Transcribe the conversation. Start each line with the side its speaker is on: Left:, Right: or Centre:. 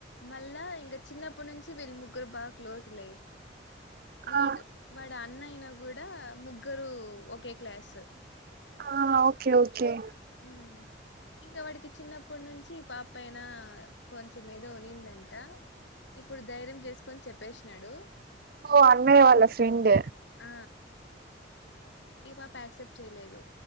Left: మళ్ళా ఇంకా చిన్నప్పటి నుంచి వీళ్ళ ముగ్గురు బాగా క్లోజ్లే వీడ్
Right: ఆ
Left: వాడు అన్న అయినా కూడా ముగ్గురు ఒకే క్లాస్
Right: ఆ ఓకే ఓకే
Left: మ్ ఇంకా వాడికి చిన్నప్పటి నుంచి పాప అయినా కొంచెం ఏదో ఉనిందంట ఇప్పుడు ధైర్యం చేసుకొని చెప్పేసినాడు
Right: ఓ అన్నయ్య వాళ్ళ ఫ్రెండ్
Left: ఆ ఈ పాప యాక్సెప్ట్ చేయలేదు